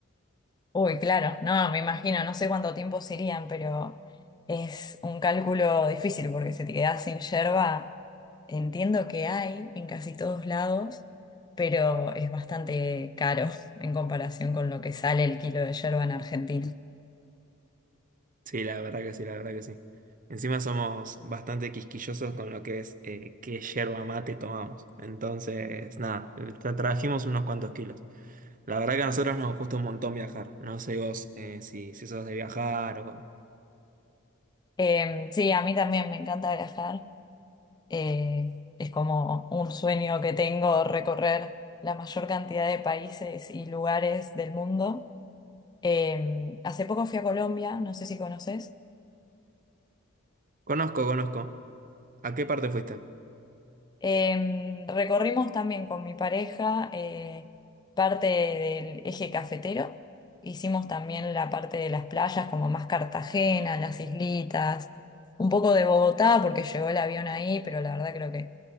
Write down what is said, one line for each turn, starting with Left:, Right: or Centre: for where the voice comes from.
Left: Uy, claro, no, me imagino, no sé cuánto tiempo serían, pero es un cálculo difícil porque si te quedás sin yerba, entiendo que hay en casi todos lados, pero es bastante caro <laughs> en comparación con lo que sale el kilo de yerba en Argentina.
Right: Sí, la verdad que sí, la verdad que sí. Encima somos bastante quisquillosos con lo que es eh, qué yerba mate tomamos. Entonces, nada, eh, tra- trajimos unos cuantos kilos. La verdad que a nosotros nos gusta un montón viajar. No sé vos eh, si, si sos de viajar o...
Left: Em, sí, a mí también me encanta viajar. Eh, es como un sueño que tengo recorrer la mayor cantidad de países y lugares del mundo. Eh, hace poco fui a Colombia, no sé si conoces.
Right: Conozco, conozco. ¿A qué parte fuiste?
Left: Eh, recorrimos también con mi pareja eh, parte del eje cafetero. Hicimos también la parte de las playas, como más Cartagena, las islitas, un poco de Bogotá, porque llegó el avión ahí, pero la verdad creo que